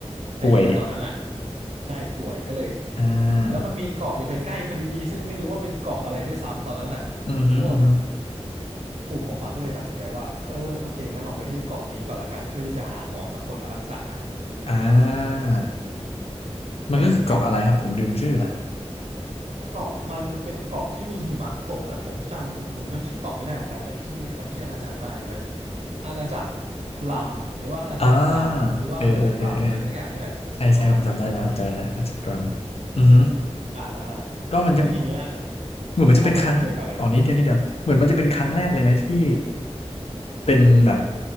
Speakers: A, on the right (about 75°); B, on the left (about 60°).
A: ในเรือตอนนั้นแหละ
B: ป่วย
A: ใช่ป่วยก็เลย
B: อ่า
A: แล้วมันมีเกาะอยู่ใกล้ๆพอดีซึ่งไม่รู้ว่าเป็นเกาะอะไรด้วยซ้ำตอนนั้นอ่ะ
B: อือฮึอือฮึ
A: พวกกลุ่มหมอฟังก็เลยตัดสินใจว่าเออโอเคงั้นเราไปที่เกาะนี้ก่อนละกันเพื่อที่จะหาหมอสักคนมารักษา
B: อ่ามันก็คือเกาะอะไรครับ
A: แล้วทีเนี้ย
B: ผมลืมชื่อละ
A: เกาะมันเป็นเกาะที่มีหิมะตกแต่ผมจำผมจำชื่อเกาะไม่ได้เหมือนกันแต่ชื่อจำชื่ออาณาจักรได้จะเป็นอาณาจักรลำหรือว่าอาณาจักรดำหรือว่าอาณาจักรรำอะไรสักอย่างนี่แหละประมาณนี้ประมาณนี้
B: อ่าเออเออเออเออใช่ใช่ผมจำได้แล้วผมจำได้แล้วอัจฉริยะอือฮึ
A: อ่า
B: ก็มันจะ
A: แล้วทีเนี้ย
B: เหมือนมันจะเป็นครั้งอ๋อนิดเดียวนิดเดียวเหมือนมันจะเป็นครั้งแรกเลยไหมที่
A: ครับผมเชิญก่อนเลย
B: เป็นแบบ